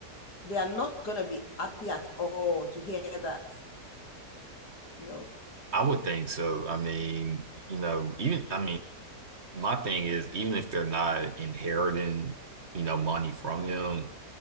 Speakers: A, on the left (about 70°); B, on the right (about 40°).
A: they are not gonna be happy at all to hear that. No.
B: I would think so. I mean, you know, even I mean, my thing is even if they're not inheriting, you know, money from him,